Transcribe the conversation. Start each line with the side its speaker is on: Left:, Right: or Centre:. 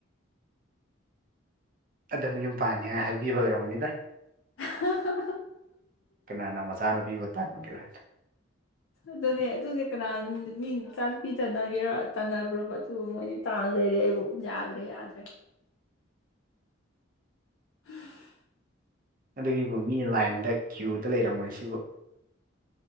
Right: ꯑꯗꯨꯝ ꯌꯨꯝ ꯄꯥꯟꯅꯤꯡꯉꯥꯏ ꯍꯥꯏꯕꯤꯕ ꯑꯣꯏꯔꯕꯅꯤꯗ
Left: ꯍ
Right: ꯀꯅꯥꯅ ꯃꯆꯥꯅꯣ ꯄꯤꯕ ꯇꯥꯛꯄꯤꯒꯦꯔ
Left: ꯑꯗꯨꯅꯦ ꯑꯗꯨꯅꯦ ꯀꯅꯥꯃꯤ ꯃꯤ ꯅꯨꯆꯥ ꯅꯨꯨꯄꯤ ꯇꯥꯟꯅꯒꯦꯔꯣ ꯇꯥꯟꯅꯕ꯭ꯔꯣ ꯑꯗꯨ ꯃꯣꯏꯗꯤ ꯇꯥꯅ ꯂꯩꯔꯦ ꯑꯩꯕꯨ ꯌꯥꯗ꯭ꯔꯦ ꯌꯥꯗ꯭ꯔꯦ ꯎ
Right: ꯑꯗꯨꯒꯤꯕꯨ ꯃꯤ ꯂꯥꯏꯟꯗ ꯀ꯭ꯌꯨꯗ ꯂꯩꯔꯝꯃꯣꯏ ꯁꯤꯕꯨ